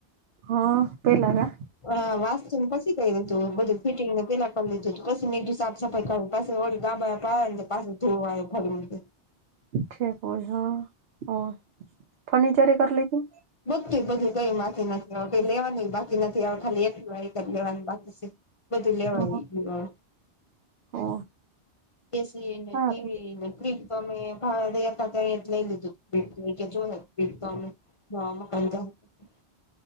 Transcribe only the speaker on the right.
હા પેલા ના.
ઠીક હોય હા ફર્નિચરી કર લીજું.
હા ઓ
સારું